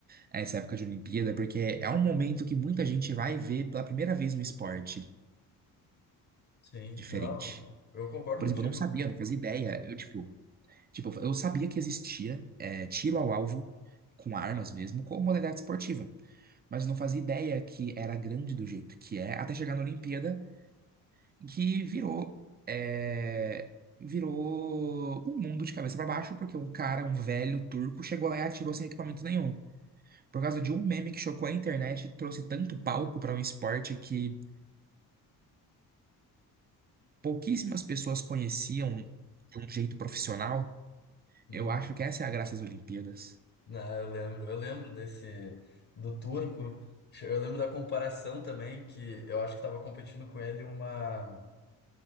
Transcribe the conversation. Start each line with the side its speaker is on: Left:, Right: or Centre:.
Right: essa época de Olimpíada, porque é um momento que muita gente vai ver pela primeira vez um esporte
Left: Sim,
Right: diferente.
Left: não, eu concordo
Right: Por
Left: contigo.
Right: exemplo, eu não sabia, não fazia ideia. Eu, tipo, Tipo, eu sabia que existia é, tiro ao alvo com armas mesmo, como modalidade esportiva, mas não fazia ideia que era grande do jeito que é, até chegar na Olimpíada, que virou é, virou um mundo de cabeça pra baixo, porque um cara, um velho turco, chegou lá e atirou sem equipamento nenhum. Por causa de um meme que chocou a internet, trouxe tanto palco pra um esporte que pouquíssimas pessoas conheciam de um jeito profissional.
Left: Hum.
Right: Eu acho que essa é a graça das Olimpíadas.
Left: Não, eu lembro, eu lembro desse do turco. Eu lembro da comparação também que eu acho que estava competindo com ele uma,